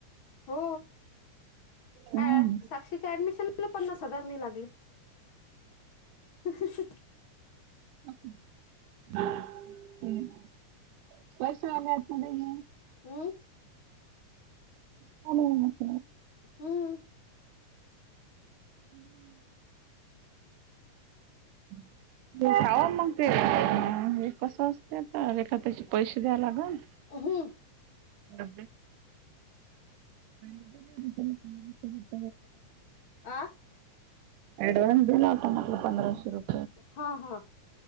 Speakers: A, on the left (about 50°); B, on the right (about 80°).
A: हो
B: हम्म
A: अ साक्षीच्या ऍडमिशन मला पन्नास हजार नि लागले हह ह
B: <unintelligible>
A: हम
B: हो
A: हम्म
B: <inaudible> <inaudible> खवा मग ते हे कसं असते आता एखाद्याचे पैसे द्याय लागल
A: हो
B: अ <unintelligible>
A: आं
B: अ‍ॅडव्हान्स दिला होता ना पंधराशे रुपये
A: हा हा